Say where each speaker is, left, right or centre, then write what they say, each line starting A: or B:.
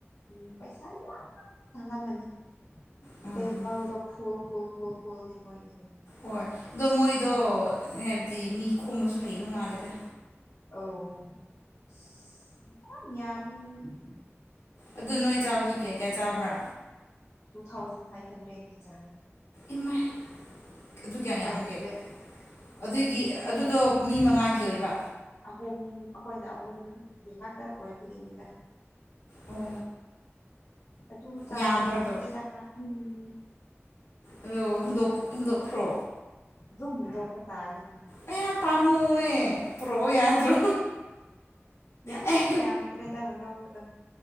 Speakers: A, on the left; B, on the left.
A: ꯎꯝ ꯄꯩꯁꯥ ꯌꯥꯝ ꯇꯥꯟꯂꯝꯃꯅꯤ
B: ꯎꯝ
A: ꯇꯦꯚꯜꯗ ꯐꯨꯜ ꯐꯨꯜ ꯐꯨꯜ ꯐꯨꯜ ꯅꯦ ꯃꯣꯏꯒꯤꯗ
B: ꯍꯣꯏ ꯑꯗꯣ ꯃꯣꯏꯗꯣ ꯍꯥꯏꯕꯗꯤ ꯃꯤ ꯈꯣꯝꯕꯁꯨ ꯍꯩꯕ ꯃꯥꯜꯂꯦꯗ
A: ꯑꯧ ꯏꯁ ꯌꯥꯝ ꯌꯥꯝꯅꯤꯅꯦ
B: ꯑꯗꯨ ꯅꯣꯏ ꯆꯥꯕꯗ ꯀꯌꯥ ꯀꯌꯥ ꯆꯥꯕ꯭ꯔꯥ
A: ꯇꯨ ꯊꯥꯎꯖꯟ ꯐꯥꯏꯚ ꯍꯟꯗ꯭ꯔꯦꯠꯒꯤ ꯆꯔꯦ
B: ꯏꯃꯥꯏ ꯑꯗꯨ ꯀꯌꯥꯝ
A: ꯐꯥꯏꯚ
B: ꯌꯥꯝꯒꯦ
A: ꯍꯟꯗ꯭ꯔꯦꯠ
B: ꯑꯗꯨꯒꯤ ꯑꯗꯨꯗꯣ ꯃꯤ ꯃꯉꯥꯒꯤ ꯑꯣꯏꯕ
A: ꯑꯍꯨꯝ ꯑꯩꯈꯣꯏꯅ ꯑꯍꯨꯝꯒꯤ ꯈꯥꯛꯇ ꯑꯣꯏꯕꯒꯤꯅꯤꯗ
B: ꯑꯣ
A: ꯑꯗꯨ ꯆꯥꯕ
B: ꯌꯥꯝꯕ꯭ꯔꯥꯗꯣ
A: ꯉꯝꯗꯦꯗ ꯈꯔ ꯎꯝ
B: ꯑꯩꯌꯣ ꯍꯨꯟꯗꯣꯛ ꯍꯨꯟꯗꯣꯛꯈ꯭ꯔꯣ
A: ꯑꯗꯨꯝ ꯍꯨꯟꯗꯣꯄ ꯇꯥꯔꯅꯤ
B: ꯑꯌꯥ
A: ꯈꯤꯇꯪ
B: ꯄꯥꯝꯃꯨꯋꯦ ꯄꯨꯔꯛꯑꯣ ꯌꯥꯗ꯭ꯔꯣ
A: ꯌꯥꯝꯗꯤ
B: ꯑꯩ
A: ꯌꯥꯝ ꯗ꯭ꯔꯦꯗ ꯍꯨꯟꯗꯣꯛꯄꯗꯣ